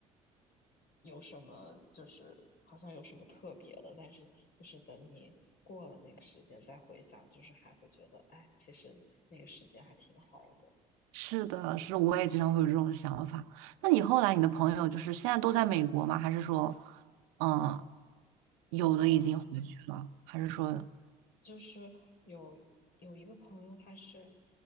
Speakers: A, on the left; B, on the right.
A: 有什么就是好像有什么特别的，但是就是等你过了那个时间再回想，就是还会觉得，哎，其实那个时间还挺好的
B: 是的，是的我也经常会有这种想法。那你后来你的朋友就是现在都在美国吗？还是说，嗯，有的已经回去了，
A: 啊。呃
B: 还是说，
A: 就是有有一个朋友，他是